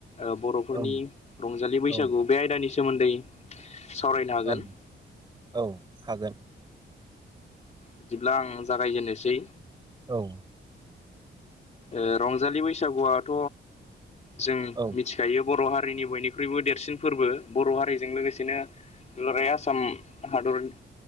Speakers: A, on the left (about 35°); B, on the right (about 20°).
A: ओ-बरफोरनि
B: औ
A: रंजालि बैसागु
B: औ
A: बे आयदानि सोमोन्दै। सावरायनो हागोन।
B: औ औ हागोन।
A: बिदिब्ला आं जागायजेननोसै।
B: औ
A: ओ-रंजालि बैसागुआथ जों
B: औ
A: मिथि दायो बर हारिनि बयनिख्रुइबो देरसिन फोरबो बर हारिजों लोगोसेनो। दुलाराय आसाम हादरनि।